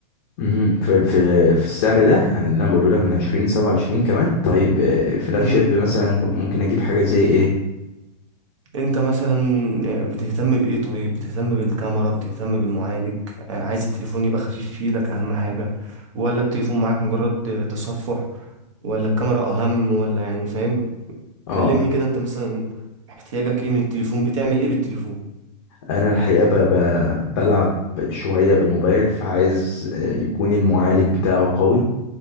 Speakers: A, on the left; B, on the right.
A: مهم. في في في السعر ده يعني اللي انا بقوله لك من 20 ل 27 كمان طيب آه، فلاج
B: امم
A: شيب مثلا كو- ممكن اجيب حاجه زي ايه
B: انت مثلا آه، بتهتم بايه طيب بتهتم بالكاميرا بتهتم بالمعالج آه، عايز التليفون يبقى خفيف في ايدك اهم حاجة ولا التليفون معاك مجرد آه، تصفح ولا الكاميرا اهم ولا يعني فاهم
A: اه
B: كلمني كده انت مثلا احتياجك ايه من التليفون بتعمل ايه بالتليفون
A: انا الحقيقه ب... ب... بلعب شويه بالموبايل فعايز آه، يكون المعالج بتاعه قوي